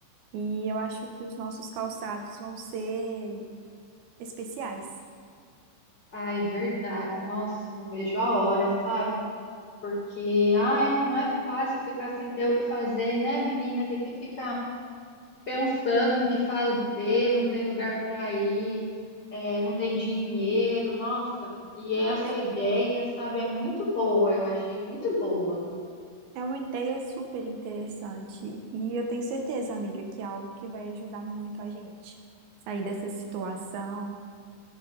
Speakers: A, on the right; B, on the left.
A: E eu acho que os nossos calçados vão ser especiais.
B: Ai, verdade. Nossa, não vejo a hora, sabe? Porque, ai, não é fácil ficar sem ter o que fazer, né, menina? A gente fica pensando no que fazer, não tem lugar para ir, é, não tem dinheiro, nossa. E essa
A: É,
B: ideia, sabe, é muito boa, eu achei muito boa,
A: é uma ideia super interessante e eu tenho certeza, amiga, que é algo que vai ajudar muito a gente sair dessa situação,